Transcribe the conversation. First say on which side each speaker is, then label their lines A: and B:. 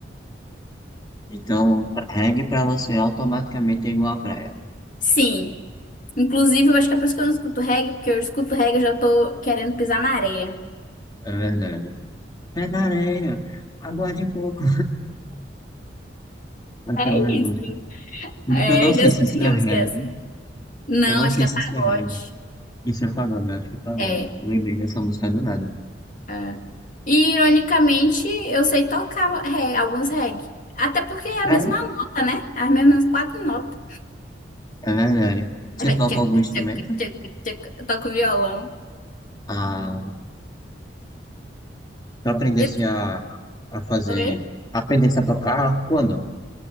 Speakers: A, on the left; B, on the left.
A: Então, pra- reggae pra você automaticamente é igual à praia.
B: Sim. Inclusive, eu acho que é por isso que eu não escuto reggae, porque eu escuto reggae e já tô querendo pisar na areia.
A: É verdade. Pé na areia, aguarde um pouco. Aquela
B: É isso.
A: música. Eu
B: É,
A: não
B: eu
A: sei
B: já escutei
A: se isso
B: que
A: é
B: música
A: reggae.
B: é essa. Não,
A: Eu não
B: acho
A: sei
B: que é
A: se
B: pagode.
A: isso é reggae. Isso é pagode, eu acho que é pagode.
B: É.
A: Lembrei dessa música do nada.
B: É. E, ironicamente, eu sei tocar re- alguns reggae. Até porque é a
A: É,
B: mesma nota, né? É As mesmas quatro notas.
A: é verdade. Você
B: Aí vai
A: toca
B: tchac,
A: algum instrumento?
B: tchac, tchac, tchac. Eu toco violão.
A: Ah, Tu aprendesse
B: E tu-
A: a, a fazer,
B: Oi?
A: aprendesse a tocar quando?